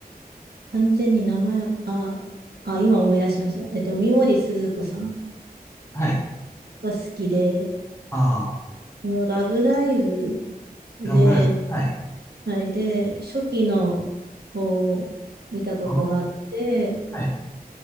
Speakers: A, on the right (about 85°); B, on the left (about 15°).
A: 完全に名前を、あ、あ、今思い出しました。えっと、三森すずこさん
B: はい。
A: が好きで、
B: ああ、
A: このラブライブで、
B: ラブライブ。はい。
A: はい。で、初期の方を見たことがあって、
B: ああ、はい。